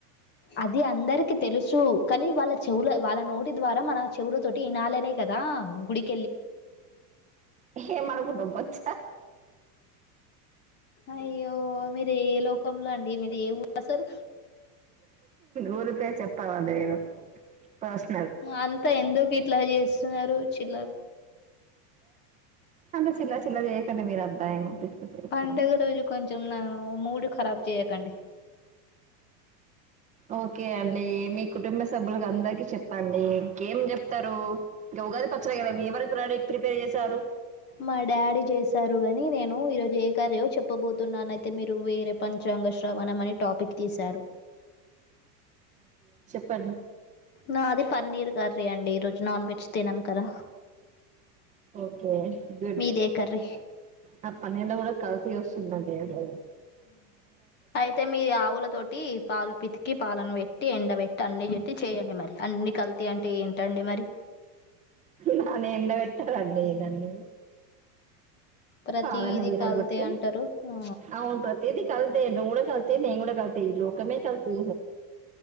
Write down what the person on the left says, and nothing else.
అది అందరికి తెలుసు కానీ వాళ్ళ చెవుల వాళ్ళ నోటి ద్వారా మన చెవుల తోటి ఇనాలనే కదా గుడికి
అయ్యో మీరు ఏ లోకంలో అండి మీద్ ఏ ఊ అసలు
అంత ఎందుక్ ఇట్లా చేస్తున్నారు చిల్లర్
పండుగ రోజు కొంచెం న మూడ్ ఖరాబ్ చేయకండి
మా డాడీ చేశారు గాని నేను ఈరోజు ఏ కార్యో చెప్పబోతున్నానయితే మీరు వేరే పని జంగశ్రావణమని టాపిక్ తీశారు
నాది పన్నిరు గాదు సరే అండి ఈ రోజు నాన్ వెజ్ తినం కదా
మీదే కర్రీ.
అయితే మీ ఆవుల తోటి పాలు పితికి పాలను పెట్టి ఎండబట్టి అన్నీ చెతే చేయండి మరి అన్ని కల్తీ అంటే ఏంటండి మరి
ప్రతిది
కల్తీ అంటారు ఆ